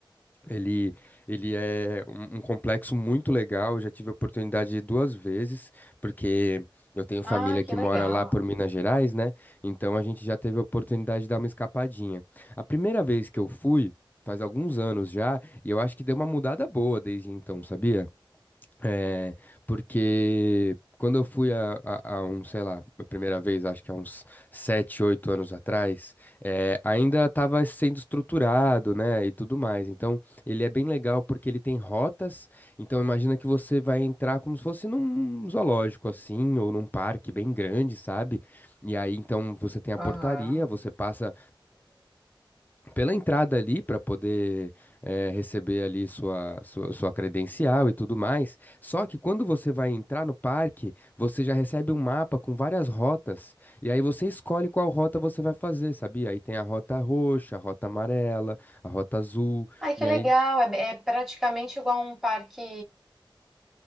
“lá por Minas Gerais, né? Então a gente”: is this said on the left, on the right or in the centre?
Left